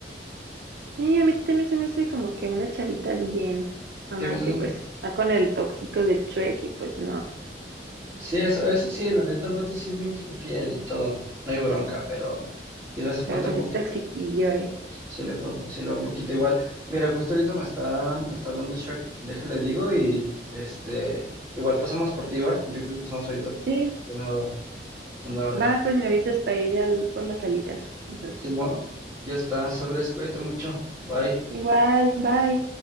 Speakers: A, on the right; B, on the right.
A: Sí, a mí también se me hace como que una chavita bien, nada
B: Sí,
A: más
B: me-
A: que pues está con el tóxico de Trek y pues no,
B: sí, eso, eso sí, la neta el voto sí es bien fi- fiel y todo, no hay bronca, pero sí le hace falta
A: pero pues
B: un poquito,
A: es toxiquillo, ¿eh?
B: sí le, fa- sí le va un poquito igual. Mira, justo ahorita me está, me está hablando Shrek, déjale digo y este, igual pasamos por ti, ¿va? Yo creo que pasamos ahorita por
A: Sí,
B: por una hora, una hora.
A: va, pues me avisas para ir ya por las alitas, entonces.
B: Simón, ya está, sobres, cuídate mucho. Bye.
A: Igual, bye.